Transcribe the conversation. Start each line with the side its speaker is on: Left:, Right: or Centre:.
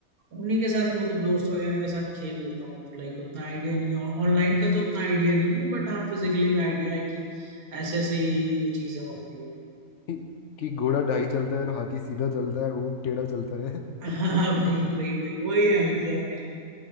Right: उन्हीं के साथ मतलब दोस्त वगैरह के साथ खेल लेता हूँ तो लाइक उतना आइडिया नहीं है ऑनलाइन का तो उतना आइडिया नहीं है बट हाँ फिजिकली का आइडिया है कि ऐसे ऐसे ये ये चीजें होती है
Left: कि कि घोड़ा ढाई चलता है और हाथी सीधा चलता है ऊँट टेढ़ा चलता है
Right: हाँ भाई
Left: <laughs>
Right: भाई वही वही आइडिया है भाई